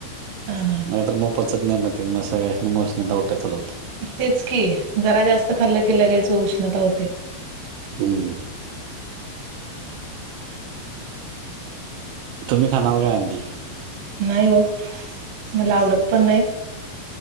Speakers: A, on the right; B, on the right.
A: हा हा
B: नाहीतर मग पचत नाही म तुमा सगळ्या मसंन दावट्या चालवत.
A: तेच की जरा जास्त खाल्लं की लगेच उष्णता होते.
B: हम्म.. तुम्ही खानार काय अंडी?
A: नाही ओ, मला आवडत पण नाहीत